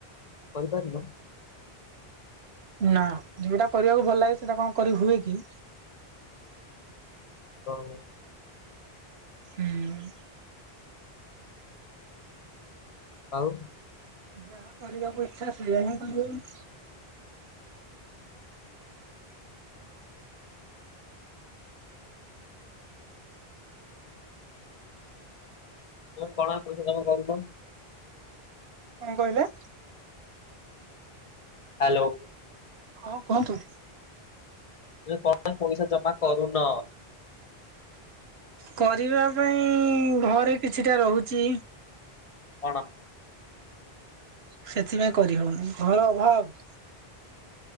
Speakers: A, on the left (about 40°); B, on the right (about 80°).
A: କରିପାରିନ?
B: ନାଁ ଯୋଉଟା କରିବାକୁ ଭଲ ଲାଗେ ସେଇଟା କଣ କରି ହୁଏ କି?
A: ହଉ।
B: ହୁଁ।
A: ଆଉ?
B: ଯାହା କରିବାକୁ ଇଚ୍ଛା ସେଇଆ ହିଁ କରିବ ଆଉ।
A: ତ କଣ ପଇସା ଜମା କରୁଛ।
B: କଣ କହିଲେ?
A: ହାଲୋ।
B: ହଁ କୁହନ୍ତୁ।
A: ଯେ କଣ ପାଇଁ ପଇସା ଜମା କରୁନ?
B: କରିବା ପାଇଁ ଘରେ କିଛିଟା ରହୁଛି
A: କଣ?
B: ସେଥିପାଇଁ କରିହଉନି ଘୋର ଅଭାବ।